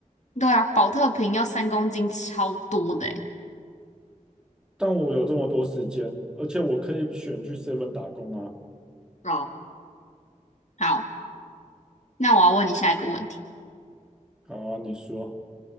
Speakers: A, on the left; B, in the centre.
A: 对啊，保特瓶要三公斤，超多的诶。
B: 但我有这么多时间，而且我可以选去 Seven 打工啊。
A: 哦，好，那我要问你下一个问题，
B: 好啊，你说，